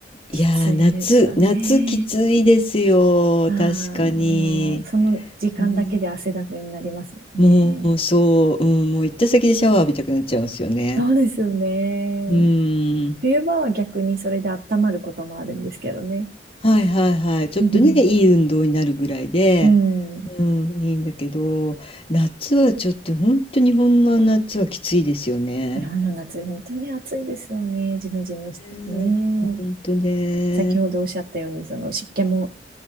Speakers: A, on the right; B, on the left.
A: きついですよね。
B: いやー、夏、夏きついですよ。
A: ああ、
B: 確かに。
A: もう、その時間だけで汗だくになりますよね。
B: うんもう、そう、うん、もう行った先でシャワー浴びたくなっちゃうんですよね。
A: そうですよね。
B: うーん。
A: 冬場は逆にそれで温まることもあるんですけどね。
B: はいはいはい。ちょっとね、
A: <laughs> う
B: いい運動になるぐらいで、
A: ん。
B: うん、いいんだけど、夏はちょっとほんと日本の夏はきついですよね。
A: 日本の夏、本当に暑いですよね。ジメジメしててね。
B: ねえ、ほ本当ね。
A: 先ほどおっしゃったように、その湿気も